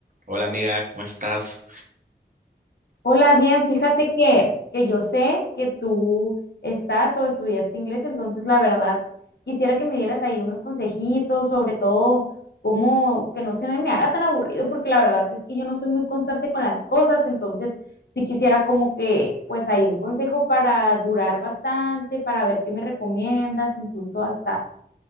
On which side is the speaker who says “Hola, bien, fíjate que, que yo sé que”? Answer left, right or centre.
Left